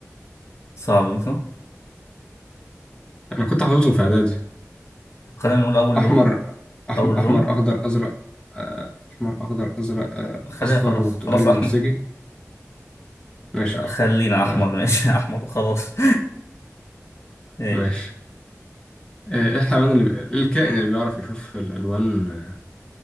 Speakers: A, on the left; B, on the left.
A: صعبة دي صح؟
B: انا كنت حافظهم في اعدادي
A: خلينا نقول أول
B: احمر
A: لون
B: أحم...
A: أول
B: احمر
A: لون
B: اخضر ازرق آه، احمر اخضر ازرق آه،
A: خلينا
B: اصفر
A: خلاص
B: برتقالي
A: خلاص
B: بنفسجي
A: أحمر
B: ماشي يا احمر
A: خلينا
B: تمام
A: أحمر ماشي <laughs> أحمر وخلاص <laughs> ماشي
B: ماشي آه، ايه الحيوان اللي بي... إيه الكائن اللي بيعرف يشوف الالوان آه،